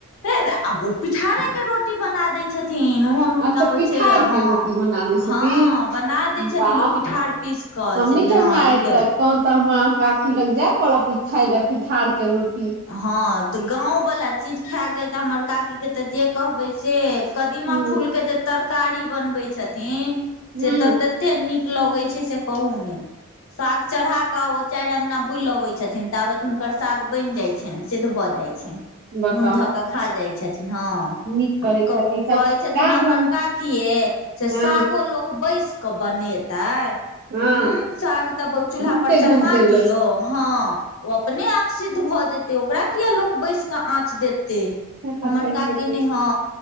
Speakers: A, on the left (about 65°); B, on the right (about 45°).
A: नै नै आब ओ पिठारे के रोटी बना दै छथिन ओहन हुनका
B: अच्छा
A: मे
B: पिठार
A: ओ छै,
B: के
A: हँ
B: रोटी बना दै छथिन
A: हाँ बना दै छथिन
B: वाह
A: ओ पिठार पीस कऽ
B: हम
A: से
B: नै खेलु
A: हँ
B: हें आइ
A: लिअ
B: तक तहन तऽ हमरा अहाँके काखी लग जाय पड़त ई खाय ले पिठार के रोटी
A: हँ तऽ गाँव वाला चीज खैके अइ तऽ हमर काकी के तऽ जे कहबै से कदीमा
B: हूँ
A: फूल के जे तरकारी बनबै छथिन
B: हूँ
A: से तऽ तेत ते नीक लगै छै से कहू ने साग चढ़ाकऽ ओ चारि अंगना बुलि अबै छथिन ताबत हुनकर साग बनि जाय छनि सिद्ध भऽ जाइत छनि
B: बताउ
A: नून धऽ कऽ खा जाइ छथिन हँ
B: नीक करै छथि
A: कहु
B: ई सब
A: कहै छथिन
B: गाम
A: हमर
B: गाम
A: काकीये से
B: हँ
A: सागो लोक बैसि कऽ बनेतै? उंम्म
B: हँ
A: साग तऽ चूल्हा
B: घूमते
A: पर चढ़ा
B: घूमते लोक
A: दियौ हँ ओ अपने आप सिद्ध भऽ जेतै ओकरा किये लोक बैसि कऽ आँच देतै
B: से तऽ
A: हमर
B: सहिए
A: काकी
B: कहै
A: नै हँ,